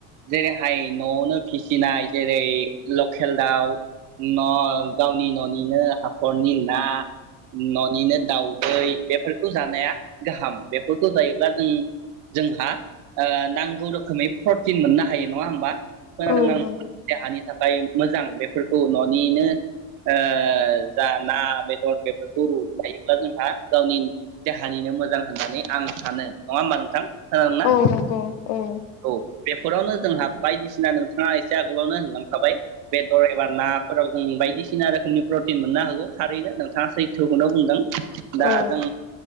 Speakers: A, on the right; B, on the left.
A: जेरैहाय न'आवनो फिसिनाय जेरै लकेल दाउ न' गावनि न'निनो हाखरनि ना ननिनो, दाउदै बेफोरखौ जानाया गाहाम बेफोरखौ जायोब्ला जों जोंहा ओ नांगौ रोखोमै प्रटिन मोननो हायो नङा होमबा, खोनादोंना
B: औ
A: नों
B: नंगौ
A: देहानि थाख बाय मोजां बेफोरखौ ननिनो ओ जा ना बेदर बेफोरखौ लायो, जोंहा गावनि देहानिनो मोजां होननानै आं सानो नङा होमबा नोंथां, खोनादोंना?
B: औ नंगौ औ
A: औ बेफोरावनो जोंहा बायदिसिना नोंथाङा एसे आगोलावनो होनलांखाबाय बेदर एबा नाफोराव जों बायदिसिना रोखोमनि प्रटिन मोननो होगौ थारैनो नोंथाङा सैथोखौनो बुंदों, दा
B: औ
A: जों